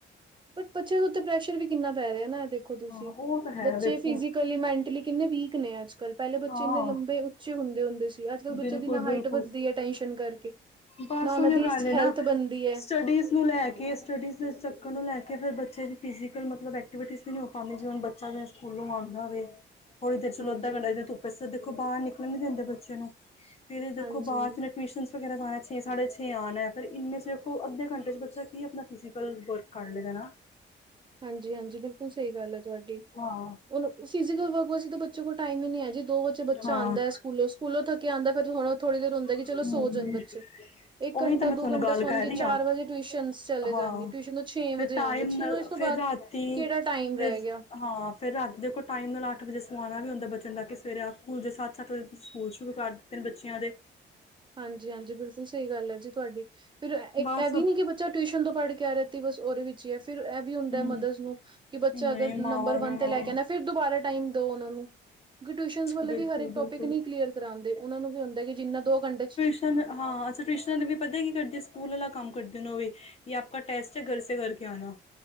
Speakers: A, on the right (about 25°); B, on the left (about 30°).
A: ਬਟ ਬੱਚਿਆਂ ਦੇ ਉੱਤੇ ਪ੍ਰੈਸ਼ਰ ਵੀ ਕਿੰਨਾਂ ਪੈ ਰਿਹਾ ਨਾਂ। ਵੇਖੋ ਤੁਸੀਂ
B: ਹਾਂ ਉਹ ਤਾਂ ਹੈ
A: ਬੱਚੇ
B: ਵੇਖੋ
A: ਫਿਜੀਕਲੀ ਮੈਂਟਲੀ ਕਿੰਨੇ ਵੀਕ ਨੇ ਅੱਜ-ਕੱਲ੍ਹ ਪਹਿਲੇ ਬੱਚੇ
B: ਹਾਂ
A: ਇੰਨੇ ਲੰਬੇ ਉ ਉਚੇ ਹੁੰਦੇ-ਹੁੰਦੇ ਸੀ। ਅੱਜ-ਕੱਲ੍ਹ
B: ਬਿਲਕੁਲ
A: ਬੱਚੇ ਦੀ ਨਾ ਹਾਈਟ
B: ਬਿਲਕੁਲ
A: ਵੱਧਦੀ ਹੈ ਟੈਸ਼ਨ ਕਰਕੇ,
B: ਬਸ
A: ਨਾ ਉਹਨਾਂ
B: ਉਹੀਓ
A: ਦੀ
B: ਗੱਲ ਏ
A: ਹੈਲਥ
B: ਨਾ
A: ਬਣਦੀ ਹੈ।
B: ਸਟੱਡੀਜ਼ ਨੂੰ ਲੈ ਕੇ ਸਟੱਡੀਜ਼ ਦੇ ਚੱਕਰ ਨੂੰ ਲੈ ਕੇ ਫਿਰ ਬੱਚੇ ਦੀ ਫਿਜ਼ੀਕਲ ਮਤਲਬ ਐਕਟੀਵਟੀ ਵੀ ਨਹੀਂ ਹੋ ਪਾਉਦੀ, ਜਿਵੇ ਹਣ ਬੱਚਾ ਜ ਸਕੂਲੋਂ ਆਉਂਦਾ ਹੋਵੇ। ਹੌਲੀ ਦੇਰ ਚੋ
A: ਹਾਂਜੀ,
B: ਅੱਧਾ ਕੰੰਡਾ ਧੁੱਪੇ ਸਿਰ ਦੇਖੋ ਬਾਹਰ ਨਿਕਲਣ ਨਹੀਂ ਦਿੰਦੇ ਬੱਚੇ ਨੂੰ ਫੇਰ ਦੇਖੋ
A: ਹਾਂਜੀ,
B: ਬਾਅਦ 'ਚ ਮ ਟਿਊਸ਼ਨਸ ਵਗੈਰਾ ਜਾਣਾ ਫੇਰ ਛੇ ਸਾਡੇ ਛ ਆਉਣਾ ਫਿਰ ਇਨੇ'ਚ ਦੇਖੋ ਅੱਧੇ ਘੰਟੇ ਬੱਚਾ ਕੀ ਆਪਣਾ ਫਿਜ਼ਕਲ ਵਰਕ ਕਰ ਲੇ ਗਾ ਨਾਂ।
A: ਹਾਂਜੀ-ਹਾਂਜੀ ਬਿਲਕੁਲ ਸਹੀ ਗੱਲ ਹੈ ਤੁਹਾਡੀ <unintelligible>
B: ਹਾਂ
A: ਹੁਣ ਫਿਜ਼ਕਲ ਵਰਕ ਵਾਸਤੇ ਤਾਂ ਬੱ ਬੱਚੇ ਕੋਲ ਟਾਈਮ ਹੀ ਨੀਂ ਹੈ ਜੀ ਦੋ ਵਜੇ ਬੱਚਾ
B: ਹਾਂ
A: ਆਉਦਾ ਹੈ। ਸਕੂਲੋਂ, ਸਕੂਲੋਂ ਥੱਕਿਆ ਆਂਦਾ ਫਿਰ ਹ ਥੋੜੀ ਦੇਰ ਹੁੰਦਾ
B: ਹਮ
A: ਚਲੋ ਸੋ ਜਾਣ ਬੱ ਅੱਛਾ। ਇੱਕ
B: ਉਹੀ
A: ਘੰਟਾ
B: ਤਾਂ ਮੈਂ ਤੁਹਾਨੂੰ
A: ਦੋ ਘੰਟਾ
B: ਗੱਲ
A: ਸੋਣ
B: ਕਰ
A: ਗੇ।
B: ਰਹੀ
A: ਚਾਰ
B: ਹਾਂ
A: ਵਜੇ ਟਿਊਸ਼ਨ ਚਲੇ
B: ਹਾਂ
A: ਜਾਣਗੇ। ਟਿਊਸ਼ਨ ਤੋਂ ਛੇ ਵਜੇ
B: ਫਿਰ ਟਾਈਮ
A: ਆਉਣਗੇ ਛੇ
B: ਨਾਲ
A: ਵਜੇ ਉਸ ਤੋਂ
B: ਫਿਰ
A: ਬਾਅਦ
B: ਰਾਤੀ
A: ਕਿਹੜਾ ਟਾਈਮ
B: ਫਿਰ
A: ਰਹਿ ਗਿਆ।
B: ਹਾਂ ਫਿਰ ਰਾਤ ਦੇਖੋ ਟਾਈਮ ਲਾ ਕੇ ਅੱਠ ਵਜੇ ਸਵਾਉਣਾ ਵੀ ਹੁੰਦਾ ਬੱਚਿਆਂ ਨੂੰ ਤਾਂ ਕਿ ਸਵੇਰੇ ਖੂਲ ਜ ਸੱਤ-ਸੱਤ ਵਜੇ ਸਕੂਲ ਸ਼ੁਰੂ ਕਰ ਦਿੱਤੇ ਨੇ ਬੱਚਿਆਂ ਦੇ।
A: ਹਾਂਜੀ-ਹਾਂਜੀ ਬਿਲਕੁਲ ਸਹੀ ਗੱਲ ਹੈ ਜੀ ਤੁਹਾਡੀ ਫਿਰ ਇਹ
B: ਬਸ
A: ਵੀ ਨੀ ਕਿ ਬੱ ਚਲ ਟਿਊਸ਼ਨ ਤੋਂ ਪੜ੍ਹ ਕੇ ਆ ਰਾਤੀ ਬਸ ਉਹਦੇ ਵਿੱਚ ਜਾਂ ਫਿਰ ਇਹ ਵੀ
B: ਹੂੰ
A: ਹੁੰਦਾ ਹੈ ਮਦਰਜ਼ ਨੂੰ ਕਿ ਬੱਚਾ
B: ਨਹੀਂ
A: ਅਗਰ
B: ਮਾਵਾਂ
A: ਨੰਬਰ
B: ਨੂੰ
A: ਵਨ ਤੇ
B: ਹਾਂ
A: ਲੈ ਕੇ ਆਣਾ ਫਿਰ ਦੁਬਾਰਾ ਟਾਈਮ ਦਿਓ ਉਹਨਾਂ ਨੂੰ ਟਿਊਸ਼ਨ ਵਾਲੇ
B: ਬਿਲਕੁਲ
A: ਵੀ ਹਰ ਇਕ
B: ਬਿਲਕੁਲ
A: ਟੋਪਿਕ ਨੀ ਕਲੀਅਰ ਕਰਾਂਦੇ, ਉਹਨਾਂ ਨੂੰ ਵੀ ਹੁੰਦਾ ਜਿੰਨਾ ਦੋ ਘੰਟੇ ਚ
B: ਸਾਨੂੰ ਹਾਂ ਅੱਛਾ ਟਿਊਸ਼ਨਾਂ ਤੇ ਵੀ ਪਤਾ ਕੀ ਕਰਦੇ, ਸਕੂਲ ਵਾਲਾ ਕੰਮ ਕਰਦੇ ਉਹ ਵੀ ਯੇ ਆਪ ਕਾ ਟੈਸਟ ਹੈ। ਘਰ ਸੇ ਕਰ ਕੇ ਆਣਾ